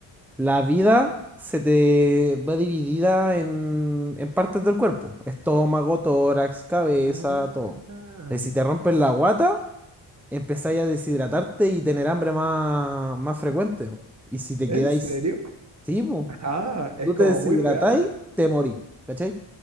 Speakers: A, in the centre; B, on the right.
A: la vida se te va dividida en, en partes del cuerpo. Estómago, tórax, cabeza,
B: Ah,
A: todo. Eh, si te rompen la guata empezáis a deshidratarte y tener hambre más, más frecuente. po. Y si te
B: ¿En
A: quedáis,
B: serio? <laughs>
A: sí, po.
B: Ah,
A: Si
B: es
A: tú
B: como
A: te deshidratáis,
B: muy real.
A: te morís, ¿cachai?